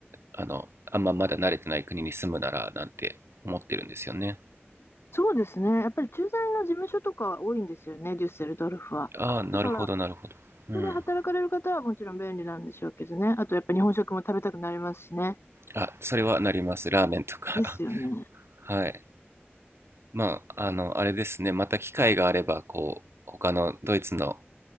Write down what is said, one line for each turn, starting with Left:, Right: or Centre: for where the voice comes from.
Right: あの、あんままだ慣れてない国に住むならなんて思ってるんですよね。
Left: そうですね。やっぱり駐在の事務所とか多いんですよね、デュッセルドルフは。
Right: ああ、なるほど、
Left: だから、
Right: なるほど。
Left: そこで働かれる方はもちろん便利なんでしょうけどね。
Right: うん。
Left: あと、やっぱ日本食も食べたくなりますしね。
Right: あ、それはなります。ラーメンとか
Left: ですよね。
Right: <laughs>。はい。まあ、あの、あれですね。また機会があれば、こう、他のドイツの